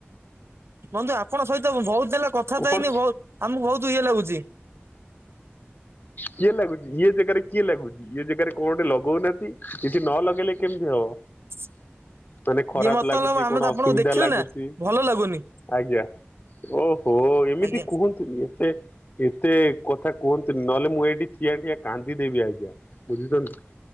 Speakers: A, on the right; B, on the left.
A: ବନ୍ଧୁ ଆପଣ ସହିତ ମୁଁ ବହୁତ ଦିନ ହେଲା କଥାବାର୍ତ୍ତା
B: କଣ
A: ହେଇନି ବହୁତ ଆମକୁ ବହୁତ ଇଏ ଲାଗୁଛି।
B: କିଏ ଲାଗୁଛି ଇଏ ଜାଗାରେ କିଏ ଲାଗୁଛି ଇଏ ଜାଗାରେ କଣ ଗୋଟେ ଲଗଉନାହାନ୍ତି କିଛି ନ ଲଗେଇଲେ କେମିତି ହବ?
A: <unintelligible>
B: ଯଦି ଖରାପ
A: ମତଲବ
B: ଲାଗୁଛି
A: ଆମେ
B: କଣ
A: ତ ଆପଣଙ୍କୁ
B: ଅସୁବିଧା
A: ଦେଖିନୁ
B: ଲାଗୁଛି
A: ନା ଭଲ ଲାଗୁନି
B: ଆଜ୍ଞା ଓହୋ ଏମିତି
A: ଆଜ୍ଞା
B: କୁହନ୍ତୁ ନ୍ତୁନି ଏତେ ଏତେ କଥା କୁହନ୍ତ ନହେଲେ ମୁଁ ଏଇଠି ଠିଆ ଠିଆ କାନ୍ଦିଦେବି ଆଜ୍ଞା ବୁଝୁଛନ୍ତି।